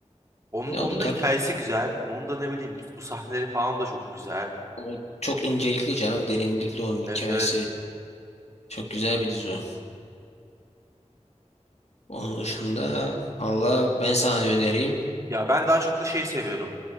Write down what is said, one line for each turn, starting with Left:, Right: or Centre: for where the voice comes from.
Right: Onun
Left: Ya
Right: onun
Left: o da tabii.
Right: da hikayesi güzel. Onun da ne bileyim bu sahneleri falan da çok güzel.
Left: O çok incelikli canım derinlikli onun hikayesi.
Right: Evet evet.
Left: Çok güzel bir dizi o. Onun dışında valla ben sana ne önereyim.
Right: Ya ben daha çok da şey seviyorum.